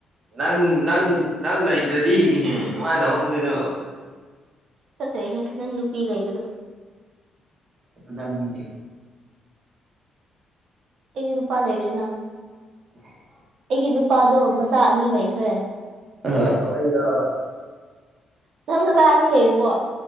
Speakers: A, on the right; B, on the right.
A: ꯅꯪ ꯅꯪ ꯅꯪ ꯂꯩꯇ꯭ꯔꯗꯤ ꯀꯃꯥꯏꯅ ꯍꯧꯍꯣꯡꯗꯣꯏꯅꯣ
B: ꯐꯠꯇꯩꯍꯦ ꯅꯪ ꯅꯨꯄꯤ ꯂꯩꯕꯗꯣ
A: ꯑꯗꯨ ꯇꯅꯤꯅꯦ
B: ꯑꯩꯗꯤ ꯅꯨꯄꯥ ꯂꯩꯔꯦꯅ
A: ꯎ
B: ꯑꯩꯒꯤ ꯅꯨꯄꯥꯗꯣ ꯃꯆꯥ ꯑꯅꯤ ꯂꯩꯈ꯭ꯔꯦ
A: ꯑꯗꯣ ꯑꯩꯔꯥꯕ
B: ꯅꯪ ꯅꯆꯥ ꯑꯅꯤ ꯂꯩꯔꯕꯣ